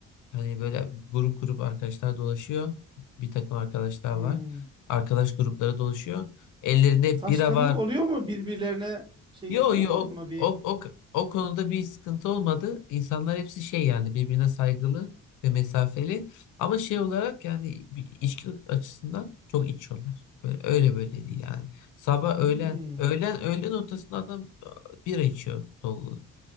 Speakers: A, on the left; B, on the right.
A: hani böyle grup grup arkadaşlar dolaşıyor. Bir takım arkadaşlar
B: Hmm.
A: var. Arkadaş grupları dolaşıyor. Ellerinde
B: Taşkınlık
A: bira var,
B: oluyor mu birbirlerine şey
A: Yo
B: yapıyorlar
A: yo o,
B: mı bir?
A: o, o, o konuda bir sıkıntı olmadı. İnsanlar hepsi şey yani birbirine saygılı ve mesafeli. Ama şey olarak yani bir içki açısından çok içiyorlar. Böyle, öyle böyle değil yani. Sabah öğlen
B: Hmm.
A: öğlen öğlen ortasında adam e, bira içiyor dolu.